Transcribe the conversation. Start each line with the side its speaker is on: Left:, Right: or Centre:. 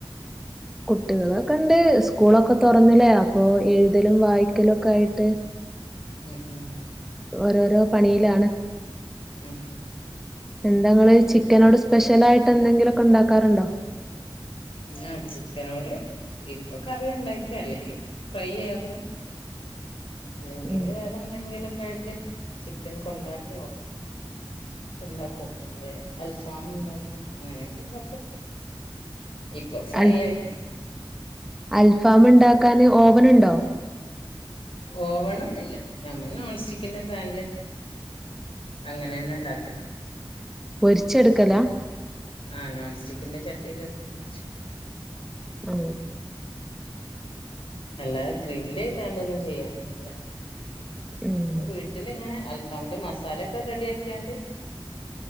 Centre: കുട്ട്യാളൊക്കെ ഇണ്ട് സ്കൂളൊക്കെ തുറന്നിലെ അപ്പൊ എഴുതലും വായിക്കലും ഒക്കെ ആയിട്ട്.
Left: ഉം ഉം.
Centre: ഓരോരോ പണിയിലാണ്.
Left: ഉം.
Centre: എന്താ ങ്ങള് ചിക്കനോട് സ്പെഷ്യൽ ആയിട്ട് എന്തെങ്കിലൊക്കെ ഉണ്ടാക്കാറുണ്ടോ.
Left: ആ ചിക്കനോട് ഇപ്പൊ കറി ഉണ്ടാക്കി അല്ലെങ്കി ഫ്രൈആക്കും. അല്ലെങ്കില്
Centre: ഉം
Left: വേറെന്തെങ്കിലൊക്കെ ആയിട്ട് ചിക്കൻ കൊണ്ടാട്ടോ ഇണ്ടാക്കും അല്ലെ അൽഫാം ഉണ്ടാക്കാം അങ്ങനെയൊക്കെ ഇണ്ടാക്കും. ഇപ്പൊ ഫ്രൈ
Centre: അൽ
Left: ആക്കീത്.
Centre: അൽഫാം ഉണ്ടാക്കാന് ഓവന് ഉണ്ടോ.
Left: ഓവണൊന്നില്ല ഞമ്മൾ നോൺ സ്റ്റിക്കിന്റെ പാനില്. അങ്ങനെന്നെണ്ടാക്ക
Centre: പൊരിച്ചെടുക്കലാ
Left: <inaudible> ആ നോൺസ്റ്റിക്. പിന്നെ ചട്ടിൽ അടുപ്പത്ത് വെച്ച്.
Centre: അ
Left: അല്ലാതെ ഗ്രില്ല് ചെയ്താണ്ടൊന്നും ചെയ്യാൻ കഴീല്ല
Centre: ഉം
Left: വീട്ടില് ഇങ്ങനെ അൽഫ അവന്റെ മസാല ഒക്കെ റെഡി ആക്കിയാണ്ട്.